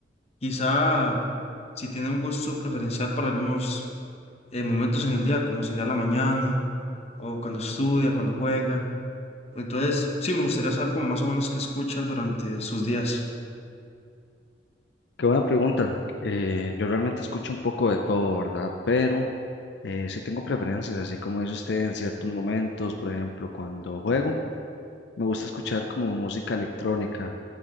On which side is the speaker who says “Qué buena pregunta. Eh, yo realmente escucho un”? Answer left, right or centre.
Left